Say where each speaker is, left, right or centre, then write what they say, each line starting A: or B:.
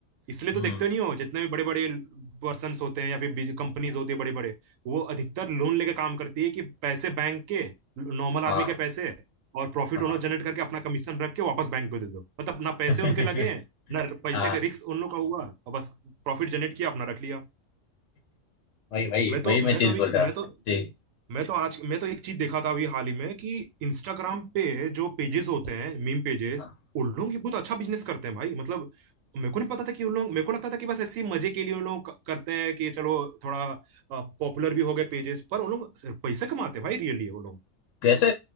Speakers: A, on the right; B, on the left.
A: इसलिए
B: हम्म
A: तो देखते नहीं हो जितने भी बड़े बड़े पर्सन होते हैं या फिर कंपनीज होती है बड़े बड़े वो अधिकतर लोन लेके काम करती है कि पैसे बैंक के नॉर्मल
B: हाँ
A: आदमी के पैसे और प्रॉफिट
B: हाँ
A: उन्होंने जनरेट करके अपना कमीशन रख के वापस बैंक को दे दो मतलब ना
B: <laughs>
A: पैसे उनके लगे हैं, ना पैसे
B: हाँ
A: का रिस्क उन लोग का हुआ और बस प्रॉफिट जनरेट किया अपना रख लिया
B: वही वही
A: मैं तो
B: वही मैं
A: मैं
B: चीज
A: तो अभी
B: बोल रहा
A: मैं तो
B: जी
A: मैं तो आज मैं तो एक चीज देखा था अभी हाल ही में कि इंस्टाग्राम पे जो पेजेस होते हैं मीम पेजेस
B: हाँ।
A: उन लोग ये बहुत अच्छा बिजनेस करते हैं भाई मतलब मेरे को नहीं पता था कि उन लोग मेरे को लगता था कि बस ऐसे ही मजे के लिए उन लोग क- करते हैं कि चलो थोड़ा पॉपुलर भी हो गए पेजेस पर उन लोग सिर्फ पैसे कमाते हैं भाई रियली वो लोग
B: कैसे